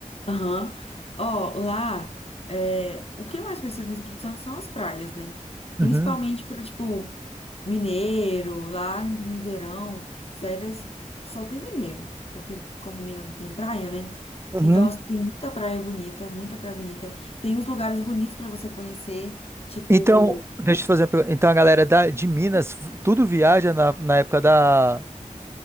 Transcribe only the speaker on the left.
Aham. Ó, lá, é, o que é mais conhecido no Espírito Santo são as praias, né?
Principalmente para, tipo, mineiro, lá em verão, férias só tem mineiro, porque como Minas não tem praia, né?
Então, as- tem muita praia bonita, muita praia bonita. Tem uns lugares bonitos para você conhecer, tipo